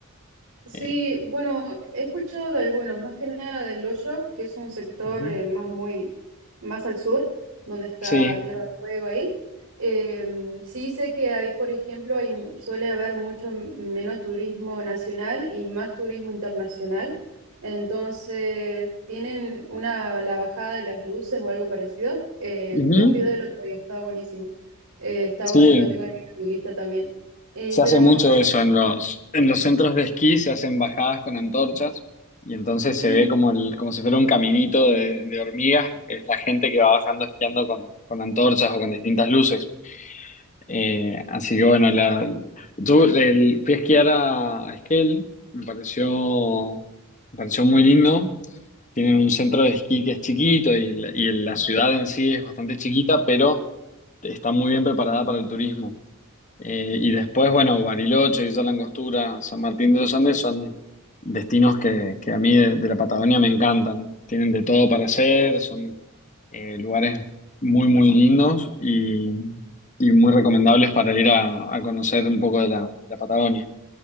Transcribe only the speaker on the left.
Eh,
ujú.
Sí,
Ujú.
Sí,
se
hace mucho
eso en los, en los centros de esquí, se hacen bajadas con antorchas y entonces
se ve como, el, como si fuera un caminito de, de hormigas, que es la gente que va bajando esquiando con, con antorchas o con distintas luces. Eh, así que bueno, la, yo el, fui a esquiar a, a Esquel, me pareció, me pareció muy lindo. Tienen un centro de esquí que es chiquito y, la- y la ciudad en sí es bastante chiquita, pero está muy bien preparada para el turismo. Eh, y después, bueno, Bariloche, Villa La Angostura, San Martín de los Andes son destinos que, que a mí de, de la Patagonia me encantan. Tienen de todo para hacer, son eh, lugares muy, muy lindos y, y muy recomendables para ir a, a conocer un poco de la, la Patagonia.